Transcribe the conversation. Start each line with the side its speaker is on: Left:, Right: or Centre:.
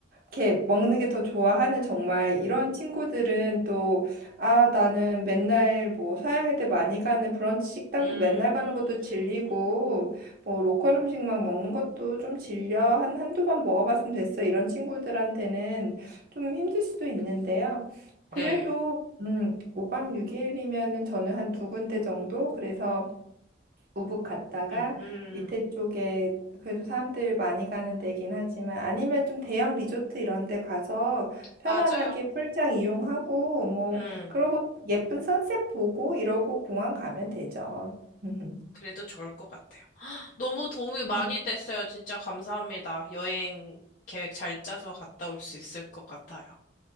Right: 이렇게 먹는 게 더 좋아하는 정말 이런 친구들은 또 아 나는 맨날 뭐 서양 애들 많이 가는 브런치 식당도
Left: 음,
Right: 맨날 가는 것도 질리고 뭐 로컬 음식만 먹는 것도 좀 질려 한 한두 번 먹어봤으면 됐어 이런 친구들한테는 좀 힘들 수도 있는데요. 그래도
Left: 네.
Right: 음 5박 6일이면은 저는 한 두 군데 정도 그래서 우붓 갔다가
Left: 음, 음,
Right: 밑에 쪽에 그래도 사람들 많이 가는 데긴 하지만 아니면 좀 대형 리조트 이런 데 가서 편안하게
Left: 맞아요.
Right: 풀장 이용하고 뭐
Left: 음,
Right: 그러고 예쁜 선셋 보고 이러고 공항 가면 되죠. <laughs>
Left: 그래도 좋을 것 같아요. <gasps> 헉, 너무 도움이
Right: 음.
Left: 많이 됐어요. 진짜 감사합니다. 여행 계획 잘 짜서 갔다 올 수 있을 것 같아요.